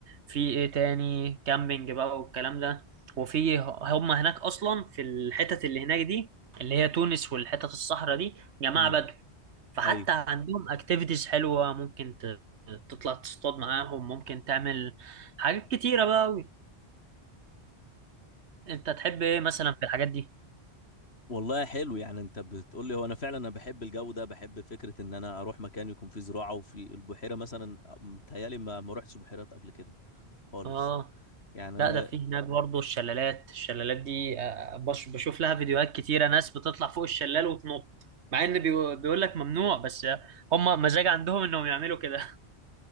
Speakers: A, on the right (about 80°); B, on the left (about 70°).
A: في ايه تاني كامبينج بقى والكلام ده وفي هم هناك اصلا في الحتت اللي هناك دي اللي هي تونس والحتت الصحراء دي جماعة
B: امم
A: بدو فحتى
B: ايوه
A: عندهم اكتيفيتيز حلوة ممكن ت- تطلع تصطاد معاهم ممكن تعمل حاجات كتيرة بقى انت تحب ايه مثلا في الحاجات دي
B: والله حلو يعني انت بتقول لي هو انا فعلا انا بحب الجو ده بحب فكره ان انا اروح مكان يكون فيه زراعه وفي البحيره مثلا متهيالي ما ما روحتش بحيرات قبل كده خالص
A: اه
B: يعني انا
A: لا ده في هناك برضه الشلالات الشلالات دي آه، بش- بشوف لها فيديوهات كتيرة ناس بتطلع فوق الشلال وتنط مع ان بيقو- بيقول لك ممنوع بس هم مزاج عندهم انهم يعملوا كده